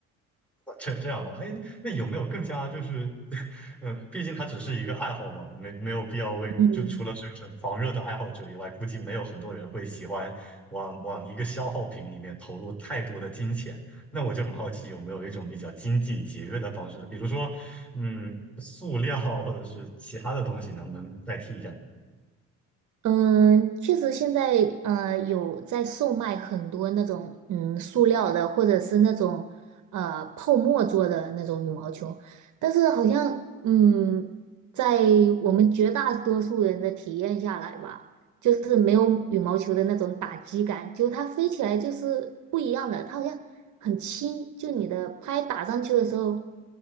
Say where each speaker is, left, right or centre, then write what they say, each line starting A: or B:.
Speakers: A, in the centre; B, on the right (about 55°).
A: 这这样吧，哎，那有没有更加就是，<laughs> 嗯，毕竟它只是一个爱好嘛，没没有必要为，
B: 嗯。
A: 就除了是个很狂热的爱好者以外，估计没有很多人会喜欢往往一个消耗品里面投入太多的金钱。那我就很好奇，有没有一种比较经济节约的方式呢？比如说，嗯，塑料或者是其他的东西，能不能代替一下？
B: 嗯，确实现在呃有在售卖很多那种嗯塑料的或者是那种呃泡沫做的那种羽毛球，但是好像嗯在我们绝大多数人的体验下来吧，就是没有羽毛球的那种打击感，就它飞起来就是不一样的，它好像很轻，就你的拍打上去的时候，